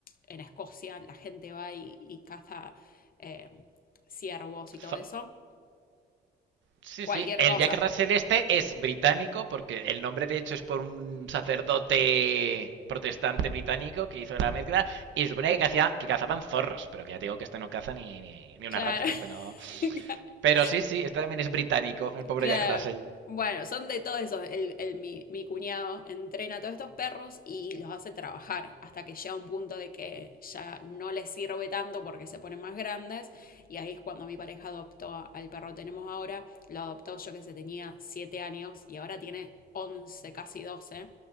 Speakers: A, on the left; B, on the right.
A: en Escocia la gente va y, y caza eh, ciervos y
B: Zo-
A: todo eso.
B: Sí,
A: Cualquier
B: sí. El
A: cosa.
B: Jack Russell este es británico, porque el nombre de hecho es por un sacerdote protestante británico que hizo la mezcla. Y se supone que, hacía, que cazaban zorros, pero que ya te digo que este no caza ni, ni, ni una
A: Claro.
B: rata. o sea, este no.
A: <laughs>
B: Pero sí, sí, este también es británico, el pobre
A: Claro.
B: Jack Russell.
A: Bueno, son de todos esos. El, el- mi, mi cuñado entrena a todos estos perros y los hace trabajar hasta que llega un punto de que ya no les sirve tanto porque se ponen más grandes. Y ahí es cuando mi pareja adoptó a- al perro que tenemos ahora. Lo adoptó yo que se tenía 7 años y ahora tiene 11, casi doce,